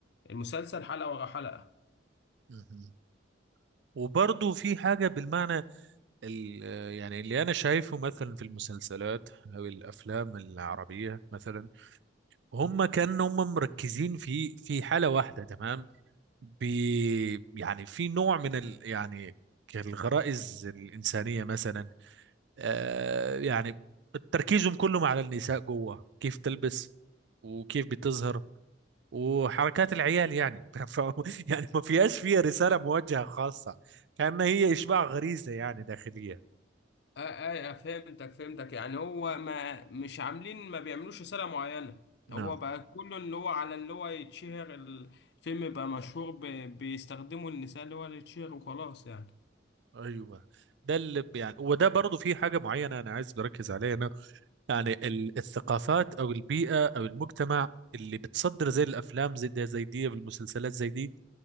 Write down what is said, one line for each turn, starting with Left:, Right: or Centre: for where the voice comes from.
Left: المسلسل حلقة ورا حلقة
Right: مهم. وبرضه في حاجة بالمعنى ال- يعني اللي أنا شايفه مثلا في المسلسلات أو الأفلام العربية مثلا هم كانوا هم مركزين في في حالة واحدة تمام بي يعني في نوع من ال يعني الغرائز الإنسانية مثلا آه يعني تركيزهم كلهم على النساء جوه كيف تلبس وكيف بتظهر وحركات العيال يعني <laughs> ف... يعني ما فيهاش فيها رسالة موجهة خاصة كأنها هي إشباع غريزة يعني داخلية
Left: اه اه آه، فهمتك فهمتك يعني هو ما مش عاملين ما بيعملوش رسالة معينة
Right: نعم
Left: هو بقى كله اللي هو على اللي هو يتشهر الفيلم بقى مشهور ب- بيستخدموا النساء اللي هو اللي يتشهر وخلاص يعني
Right: أيوة ده اللي ب- يعني وده برضو في حاجة معينة أنا عايز بركز عليها أنا يعني ال- الثقافات أو البيئة أو المجتمع اللي بتصدر زي الأفلام زي ده زي دي والمسلسلات زي دي